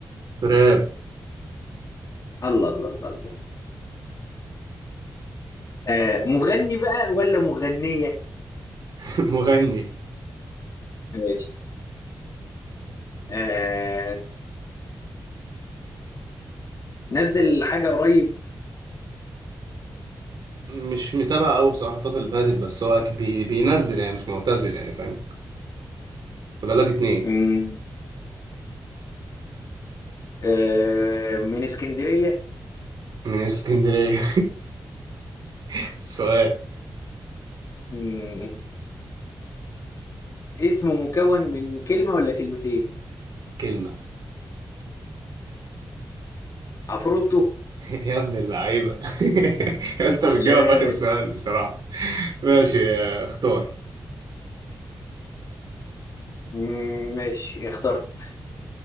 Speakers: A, on the right (about 70°); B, on the left (about 50°).
A: راب
B: الله الله الله الله آه مغني بقى ولا مغنية
A: <laughs> مغني
B: ماشي آه نزل حاجة قريب
A: مش متابع أوي بصراحة الفترة اللي فاتت بس هو أكيد بي... بينزل يعني مش معتزل يعني فاهم فاضل لك اتنين
B: مم، آه من اسكندرية
A: من اسكندرية <laughs> سؤال
B: مم، اسمه مكون من كلمة ولا كلمتين
A: كلمة
B: عفروتو
A: <laughs> يا ابن اللعيبة <laughs> يا اسطى
B: بالله
A: بتجاوب في آخر سؤال بصراحة ماشي آه، اختار
B: مم، ماشي اخترت